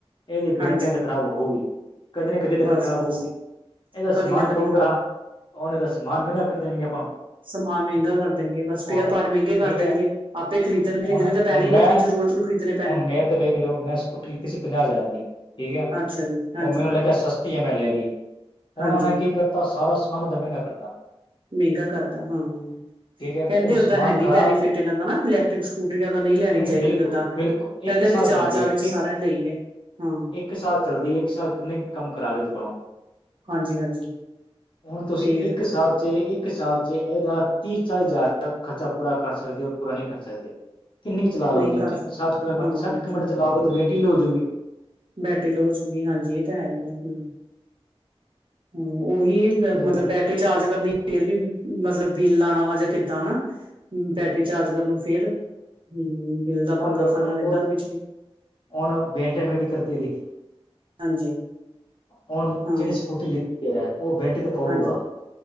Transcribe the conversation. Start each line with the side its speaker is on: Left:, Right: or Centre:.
Left: ਇਹਦੇ ਬੇਟਿਆਂ
Right: ਹਾਂਜੀ
Left: ਤੇ ਖਰਾਬ ਹੋਊਗੀ ਕਦੇ ਨਾ ਕਦੇ ਤੱਕ
Right: ਬਸ
Left: ਖ਼ਰਾਬ
Right: ਬਸ
Left: ਹੋਊਗੀ ਇਹਦਾ
Right: ਕਦੀ
Left: ਸਮਾਨ
Right: ਨਾ ਕਦੀ
Left: ਪਊਗਾ
Right: ਖ਼ਰਾਬ
Left: ਉਹਨੇ ਤਾਂ ਸਮਾਨ ਮਹਿੰਗਾ ਕਰ ਦੇਣਗੇ ਆਪਾਂ
Right: ਸਮਾਨ ਮਹਿੰਗਾ ਕਰ ਦੇਣਗੇ ਬਸ ਸਪੇਅਰ
Left: ਉਹ ਨਾ
Right: ਪਾਰਟ ਮਹਿੰਗੇ ਕਰ
Left: ਠੀਕ
Right: ਦੇਣਗੇ
Left: ਹੈ
Right: ਆਪੇ ਖਰੀਦਣ ਖਰੀਦਣੇ
Left: ਹੁਣ ਉਹ
Right: ਤਾਂ ਪੈਣੇ
Left: ਮੈਂ
Right: ਹੀ ਆਪਣੀ ਜ਼ਰੂਰਤ ਨੂੰ ਖਰੀਦਣੇ ਪੈਣੇ
Left: ਹੁਣ ਮੇਰ ਤੇ ਵੇਖ ਲਿਓ ਮੈਂ ਸਕੂਟੀ ਲਿੱਤੀ ਸੀ ਪੰਜਾਹ ਹਜ਼ਾਰ ਕਰਦੀ ਠੀਕ ਹੈ
Right: ਅੱਛਾ ਜੀ ਹਾਂਜੀ
Left: ਉਹ ਮੈਨੂੰ ਲੱਗਿਆ ਸਸਤੀ ।ਹੈ ਮੈਂ ਲੈ ਲਈ ਹੁਨ
Right: ਹਾਂਜੀ
Left: ਉਹਨੇ ਕੀ ਕਰਤਾ ਸਾਰਾ ਸਮਾਨ ਉਹ ਦਾ ਮਹਿੰਗਾ ਕਰਤਾ
Right: ਮਹਿੰਗਾ ਕਰਦਾ ਹਾਂ
Left: ਠੀਕ ਹੈ
Right: ਕਹਿੰਦੇ
Left: ਉਹ
Right: ਓਦਾਂ
Left: ਸਮਾਨ
Right: ਹੈਨੀ
Left: ਖ਼ਰਾਬ
Right: ਬੈਨੀਫਿਟ ਇਹਨਾਂ ਦਾ ਨਾ ਇਲੈਕਟ੍ਰਿਕ ਸਕੂਟਰ ਦਾ ਨਹੀਂ
Left: ਹਾਂ
Right: ਲੈਣੀ ਚਾਹੀਦੀ
Left: ਬਿਲਕੁਲ
Right: ਓਦਾਂ
Left: ਬਿਲਕੁਲ
Right: ਪਹਿਲੇ
Left: ਇੱਕ ਸਾਲ
Right: ਤੇ ਚਾਅ-ਚਾਅ
Left: ਚੱਲਦੀ ਹੈ
Right: ਵਿੱਚ ਸਾਰਿਆਂ
Left: ਇੱਕ
Right: ਨੂੰ ਲਈ ਗਏ ਹਾਂ
Left: ਇੱਕ ਸਾਲ ਚੱਲਦੀ ਇੱਕ ਸਾਲ ਕਿੰਨੇ ਕੰਮ ਕਰਾ ਲਿਓਦੇ ਕੋਲੋਂ
Right: ਹਾਂਜੀ ਹਾਂਜੀ
Left: ਹੁਣ ਤੁਸੀਸੀ
Right: ਫੇਰ
Left: ਇੱਕ ਸਾਲ ਚ ਇੱਕ ਸਾਲ ਚ ਇਹਦਾ ਤੀਹ ਜ਼ਿਆਦਾ ਖਰਚਾ ਪੂਰਾ ਕਰ ਸਕਦੇ ਔਰ ਪੂਰਾ ਨਹੀਂ ਕਰ ਸਕਦੇ ਕਿੰਨੀ ਕੁ ਚਲਾ ਲਓ
Right: ਨਹੀਂ
Left: ਦਿਨ
Right: ਕਰ
Left: ਚ
Right: ਸਕ
Left: ਸੱਠ ਕਿਲੋਮੀਟਰ
Right: ਹਾਂ
Left: ਸੱਠ ਕਿਲੋਮੀਟਰ
Right: ਜੀ,
Left: ਚਲਾਓਗੇ ਵੇਟੀ ਹੀ ਲੋ ਹੋਜੋਗੀ
Right: ਬੈਟਰੀ ਲੌ ਹੋਜੋਗੀ ਹਾਂਜੀ ਇਹ ਤਾਂ ਹੈ ਹੀ ਆ ਹੂ ਹੂ ਉਹੀ ਮਤਲਬ
Left: ਫਿਰ
Right: ਬੈਟਰੀ ਚਾਰਜ ਕਰਨੀ ਫਿਰ ਵੀ ਮਤਲਬ ਬਿੱਲ ਲਾਉਣਾ ਵਾ ਜਾਂ ਕਿੱਦਾਂ ਹਨਾ ਬੈਟਰੀ ਚਾਰਜ ਗਰ ਨੂੰ ਫੇਰ ਹਮ ਬਿਲ ਦਾ
Left: ਹੁਣ
Right: ਪੰਗਾ
Left: ਵੇਖ
Right: ਖਾਨਾ
Left: ਲਓ
Right: ਰਹਿੰਦਾ ਉਹਦੇ ਵਿੱਚ ਵੀ
Left: ਹੁਣ ਬੇਨ ਟੈਮਿੰਗ ਹੀ ਕਰਤੀ ਇਹਦੀ
Right: ਹਾਂਜੀ
Left: ਹੁਣ
Right: ਹਾਂ
Left: ਚਣੀ ਸਕੂਟੀ ਲਿ ਉਹ ਬਿੰਟ ਤੇ ਪਊਗਾ
Right: ਹਾਂਜੀ